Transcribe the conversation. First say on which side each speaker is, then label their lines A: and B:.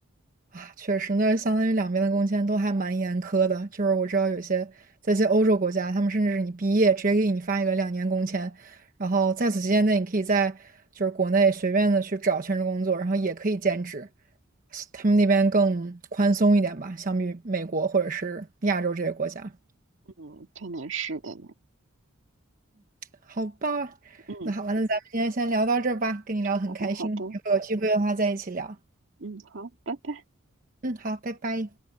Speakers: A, on the right; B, on the right.
A: 啊。确实，那相当于两边的工签都还蛮严苛的。就是我知道有些在一些欧洲国家，他们甚至是你毕业直接给你发一个两年工签，然后在此期间内，你可以在就是国内随便的去找全职工作，然后也可以兼职。他们那边更宽松一点吧，相比美国或者是亚洲这些国家。
B: 嗯，可能是的呢。
A: 好吧，
B: 嗯，
A: 那好吧，那咱们今天先聊到这儿吧，跟你聊得很开心，
B: 好的，好的，
A: 以后有机会的话再一起聊。
B: 嗯，好，拜拜。
A: 嗯，好，拜拜。